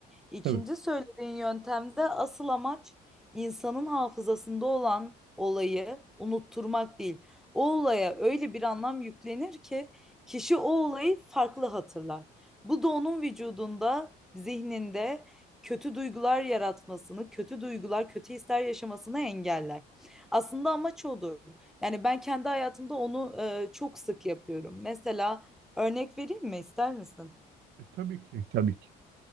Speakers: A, in the centre; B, on the right.
A: İkinci
B: Tabii.
A: söylediğin yöntemde asıl amaç insanın hafızasında olan olayı unutturmak değil. O olaya öyle bir anlam yüklenir ki kişi o olayı farklı hatırlar. Bu da onun vücudunda, zihninde kötü duygular yaratmasını, kötü duygular, kötü hisler yaşamasını engeller. Aslında amaç odur. Yani ben kendi hayatımda onu e, çok sık yapıyorum. Mesela örnek vereyim mi ister misin?
B: E, Tabii ki, tabii ki.